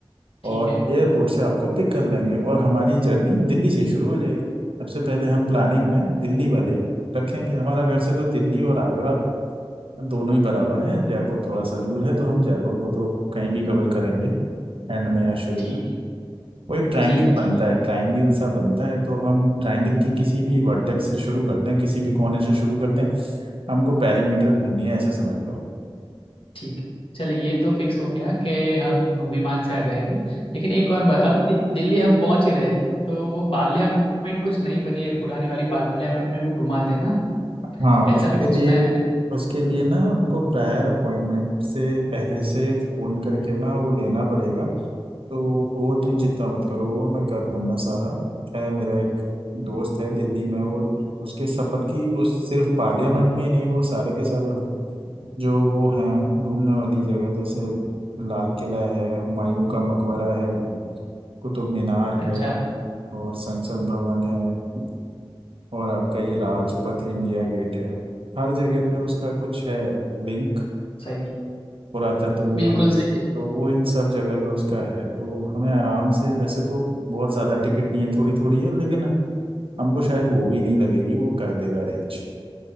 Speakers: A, on the left (about 75°); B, on the right (about 75°).
A: ठीक
B: और
A: है
B: एयरपोर्ट से आपको पिक कर लेंगे और हमारी जर्नी दिल्ली से ही शुरू हो जाएगी सबसे पहले हम प्लानिंग में दिल्ली वाले रखेंगे हमारा घर से तो दिल्ली और आगरा दोनों ही बराबर हैं जयपुर थोड़ा सा दूर है तो हम जयपुर को तो कहीं भी कवर करेंगे एंड में या शुरू
A: ठीक
B: में वो एक ट्रायंगल
A: ठीक है
B: बनता
A: ठीक है
B: है ट्रायंगल सा बनता है तो हम ट्रायंगल की किसी भी वर्टेक्स से शुरू करते हैं किसी भी कोने से शुरू करते हैं हमको पैरीमीटर घूमनी है ऐसे समझ लो
A: ठीक है चलिए ये तो फिक्स हो गया कि हम विमान से आ जाएंगे लेकिन एक और बात अभी दि- दिल्ली हम पहुंच ही रहे तो वो पार्लियामेंट कुछ नई बनी है पुरानी वाली पार्लियामेंट में भी घुमाते हैं ना
B: हाँ
A: ऐसा
B: उसके
A: भी कुछ
B: लिए
A: सुना है मैंने
B: उसके लिए ना हमको प्रायर अपॉइंटमेंट से पहले से फोन करके ना वो लेना पड़ेगा तो वो तुम चिंता मत करो वो मैं कर दूंगा सारा है मेरा एक दोस्त है दिल्ली में वो उसके सब बल्कि उस सिर्फ पार्लियामेंट में ही नहीं वो सारे के सारे जो वो हैं घूमने वाली जगह जैसे लाल किला है हुमायूं का मकबरा है कुतुब मीनार
A: अच्छा
B: है और संसद भवन है और आपका ये राजपथ इंडिया गेट है हर जगह पे उसका कुछ है लिंक
A: सही है
B: पुरातत्व
A: बिल्कुल
B: विभाग से
A: सही है
B: तो वो इन सब जगह पे उसका है तो हमें आराम से वैसे तो बहुत ज़्यादा टिकट नहीं है थोड़ी थोड़ी है लेकिन हमको शायद वो भी नहीं लगेगी वो कर देगा अरेंज